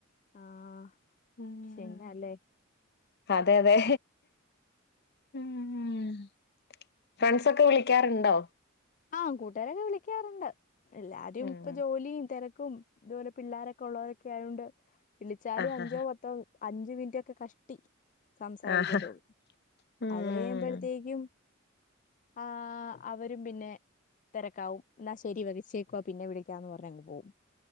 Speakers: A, on the left; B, on the left.
A: ആഹ്
B: ഉം
A: ശെരിയാല്ലേ
B: അതെ അതെ ഉം. ഫ്രണ്ട്സ ഒക്കെ വിളിക്കാറുണ്ടോ?
A: ആഹ് കൂട്ടുകാരൊക്കെ വിളിക്കാറുണ്ട്. എല്ലാരും
B: ഉം
A: ഇപ്പൊ ജോലിയും തിരക്കും ഇതുപോലെ പിള്ളോരൊക്കെ ഉള്ളവരൊക്കെ ആയോണ്ട് വിളിച്ചാലും
B: ആഹ്
A: അഞ്ചോ പത്തോ അഞ്ച മിനിറ്റ് ഒക്കെ കഷ്ടി സംസാരിക്കത്തുള്ളൂ.
B: ആഹ് ഉം
A: അത് കഴിയുമ്പോഴത്തേക്കും ആഹ് അവരും പിന്നെ തിരക്കാവും. എന്നാ ശരി വേച്ചേക്കുവ പിന്നെ വിളിക്കാന്ന് പറഞ്ഞങ്ങ് പോകും.